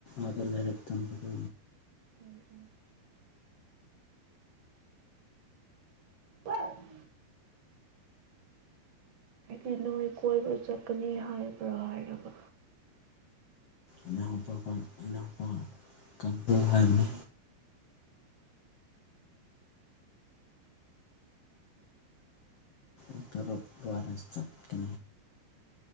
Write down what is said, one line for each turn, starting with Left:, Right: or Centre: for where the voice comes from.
Left: ꯑꯗꯥ ꯂꯩꯥꯏꯔꯞ ꯇꯟꯕꯗꯨ
Right: ꯎꯝ ꯎꯝ ꯑ <unintelligible> ꯑꯩꯗꯤ ꯅꯣꯏ ꯀꯣꯏꯕ ꯆꯠꯀꯅꯤ ꯍꯥꯏꯕ꯭ꯔꯥ ꯍꯥꯏꯔꯒꯥ
Left: ꯏꯅꯥꯎꯄ ꯏꯅꯥꯎꯄꯥ ꯀꯥꯡꯕꯨ ꯍꯥꯏꯕꯅꯤ ꯎꯇꯔ ꯔꯋꯥꯔꯁꯇ ꯀ